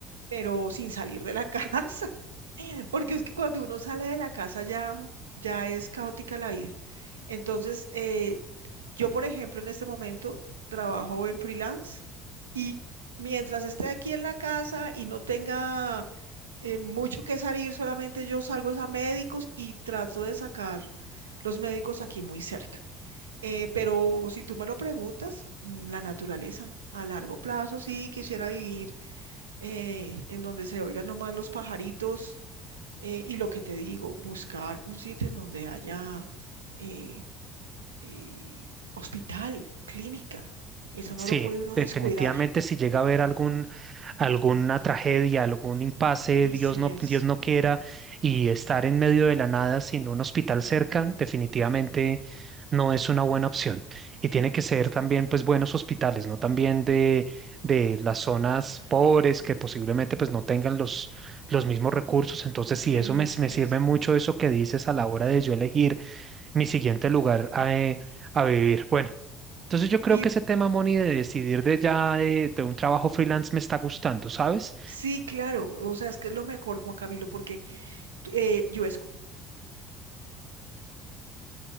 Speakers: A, on the right; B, on the right.
A: pero sin salir de la casa, <laughs> porque es que cuando uno sale de la casa ya, ya es caótica la vida. Entonces, eh, yo, por ejemplo, en este momento trabajo en freelance y mientras esté aquí en la casa y no tenga eh, mucho que salir, solamente yo salgo es a médicos y trato de sacar los médicos aquí muy cerca. Eh, pero si tú me lo preguntas, mm, la naturaleza, a largo plazo sí quisiera vivir eh, en donde se oigan nomás los pajaritos eh, y lo que te digo, buscar un sitio en donde haya eh, eh, hospital, clínica. Eso
B: Sí,
A: no lo puede uno
B: definitivamente
A: descuidar.
B: si llega a haber algún, alguna tragedia, algún impasse,
A: Así
B: Dios no,
A: es.
B: Dios no quiera, y estar en medio de la nada sin un hospital cerca, definitivamente no es una buena opción. Y tiene que ser también pues buenos hospitales, no también de, de las zonas
A: Mm.
B: pobres que posiblemente pues no tengan los, los mismos recursos. Entonces sí,
A: Sí,
B: eso me,
A: así
B: me
A: es.
B: sirve mucho eso que dices a la hora de yo elegir mi siguiente lugar a, eh, a vivir. Bueno. Entonces yo creo
A: Y
B: que ese tema, Moni, de decidir de ya de, de un trabajo freelance me está gustando, ¿sabes?
A: sí, claro, o sea, es que es lo mejor, Juan Camilo, porque tú- eh, yo